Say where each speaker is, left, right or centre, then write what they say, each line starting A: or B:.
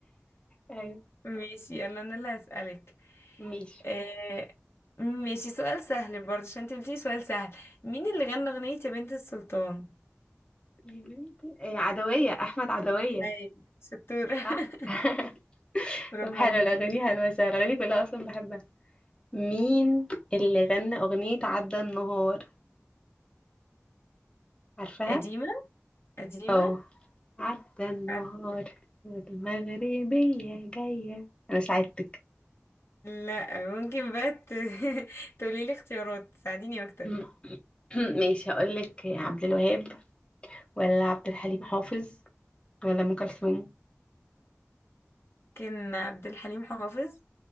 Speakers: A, on the left; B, on the left.
A: ايوه
B: ماشي يلا انا اللي هسألك
A: ماشي
B: آه ماشي سؤال سهل برضه عشان انت قلتي سؤال سهل مين اللي غنى أغنية يا بنت السلطان؟
A: يا بنتي إيه عدوية أحمد عدوية
B: ايوه شطورة <laughs>
A: صح؟ <laughs>
B: برافو
A: طب حلو
B: عليكي
A: الأغاني حلوة سهلة الأغاني كلها أصلا بحبها مين اللي غنى أغنية عدى النهار عارفاها؟
B: قديمة قديمة
A: اه عدى النهار
B: عد...
A: والمغربية جاية أنا ساعدتك
B: لا ممكن بقى ت... <laughs> تقولي لي اختيارات تساعديني اكتر
A: <clears throat> ماشي هقولك عبد الوهاب ولا عبد الحليم حافظ ولا أم كلثوم
B: ممكن عبد الحليم حافظ